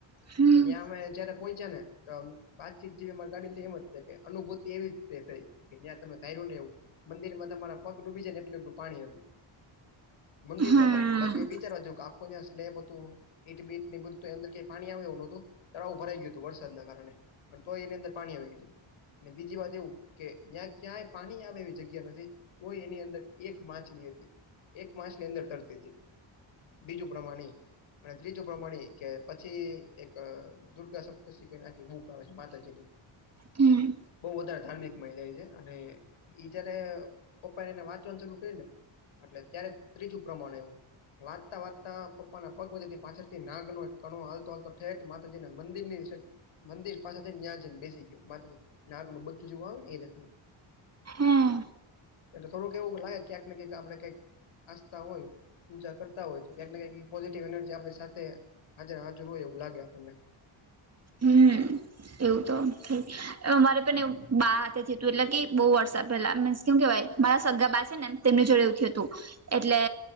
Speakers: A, on the right; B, on the left.
A: હમ
B: <unintelligible> અમે જયારે પોહોચ્યા ને તો. વાતચીત જેવી મા ગાડી એમ જ છે કે અનુભૂતિ એવી રીતે થઈ કે જ્યાં તમે ધાર્યું ને એવું મંદિર માં તમારા પગ ડૂબી જાય ને એટલે એટલૂ પાણી હતું. મંદિરમાં
A: હમ
B: પાણી બાકી એ બીચાર બાજુ કા <unintelligible> સ્લેબ હતું ઈટ બીટ બઘુ અંદર ક પાણી આવે એવું ન હતું તળાવું ભરાઈ ગયું હતું વરસાદના કારણે તો એની અંદર પાણી આવી ગય હતું. અને બીજી વાત એવું કે જ્યાં ક્યાંય પાણી આવે એવી જગ્યા નથી. તોય એની અંદર એક માછલી હતી એક માછલી અંદર તરતી હતી. બીજું પ્રમાણે અને ત્રીજું પ્રમાણે કે પછી એક દુર્ગા સપ્તી બૂક આવે છે માતાજી ની
A: હમ.
B: બહુ વધારે ધાર્મિક મહિજાય છે અને ઈ જયારે પપ્પા એને વાંચવાનું ચરૂુ કરી ને એટલે ત્યારે ત્રીજું પ્રમાણ એવું વાત તા વાતા પપ્પના પગ પથી પાછળથી નાગનોો એક કણો હાલતો હાલતો ઠેઠ માતાજીના મંદિર ની મંદિર પાસે છે ને ત્યાં જ ને બેસી ગયો મા નાગનુંું બધું જેવું આવે ને એ રતનું.
A: હમ
B: એટ થોઙુક એવું લાગે ક્યાંક ને ક્યાંક આપડે કઈક આસ્થા હોય પૂજા કર તા હોય તો ક્યાંકને કંક પોઝિટિવ એનર્જી આપણી સાથે હાજર હોય એવું લાગે આપણને.
A: હમ. એવું તો થય અરે પણ એું બા હાથે થયતું એટલે કે બહુ વર્ષ પેલા મીન્સ કેમ કેહેવાય મારા સગા પાસે ને તેમની જોડે એવખ્યું હતું. એટલે